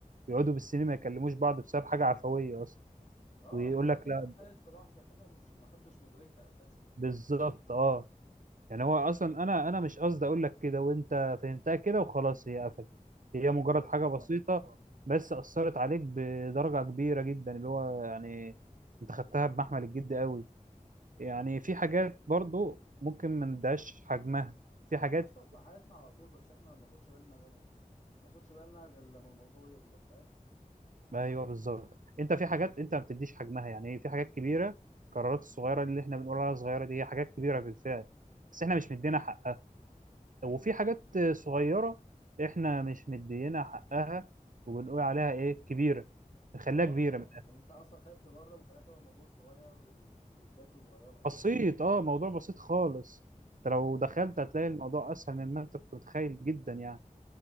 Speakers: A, on the right; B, on the left.
A: ويقعدوا بالسنين ما يكلموش بعض بسبب حاجة عفوية اصلا
B: اه
A: ويقول
B: حاجه
A: لك
B: كده
A: لا
B: اتقالت في لحظه كده مش محدش مدركها اساسا
A: بالظبط اه يعني هو اصلا انا انا مش قصدي اقول لك كده وانت فهمتها كده وخلاص هي قفلت هي مجرد
B: اه
A: حاجة
B: بالظبط
A: بسيطة بس اثرت عليك بدرجة كبيرة جدا اللي هو يعني انت خدتها بمحمل الجد قوي يعني في حاجات برضو ممكن ما نديهاش حجمها في
B: هي
A: حاجات
B: بتحصل في حياتنا على طول بس احنا ما بناخدش بالنا منها ما بناخدش بالنا غير لما الموضوع يكبر فاهم
A: ايوه بالظبط انت في حاجات انت ما بتديش حجمها يعني إيه؟ في حاجات كبيره القرارات الصغيره اللي احنا بنقول عليها صغيره دي هي حاجات كبيره بالفعل بس احنا مش مدينا حقها وفي حاجات صغيره احنا مش مدينا حقها وبنقول عليها ايه كبيره نخليها
B: اه
A: كبيره من الآخر.
B: اه انت اصلا خايف تجرب وفي الاخر الموضوع صغير و... وبدايته صغيره اساسا
A: بسيط اه موضوع بسيط خالص انت لو دخلت هتلاقي الموضوع اسهل مما انت كنت متخيل جدا يعني